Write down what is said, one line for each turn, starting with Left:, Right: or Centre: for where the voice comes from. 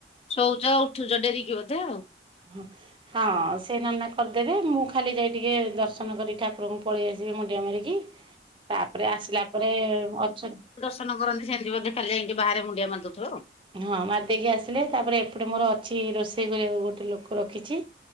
Left: ଶୋଉଚ ଉଠୁଛ ଡେରିକି ବୋଧେ ଆଉ।
Right: ହଁ ହଁ ସେ ନନା କରିଦେବେ ମୁଁ ଖାଲି ଯାଇ ଟିକେ ଦର୍ଶନ କରି ଠାକୁରଙ୍କୁ ପଳେଇ ଆସିବେ ମୁଣ୍ଡିଆ ମାରିକି। ତାପରେ ଆସିଲା ପରେ ଅଛନ୍
Left: ତନ କରନ୍ତି ସେମିତି ବଧେ ଖାଲି ଯାଇକି ଟିକେ ବାହାରେ ମୁଣ୍ଡିଆ ମାର ଦଉଥିବ?
Right: ହଁ ମାରିଦେଇକି ଆସିଲେ ତାପରେ ଏପଟେ ମୋର ଅଛି ରୋଷେଇ କରି ଆକୁ ଗୋଟେ ଲୋକ ରଖିଚି।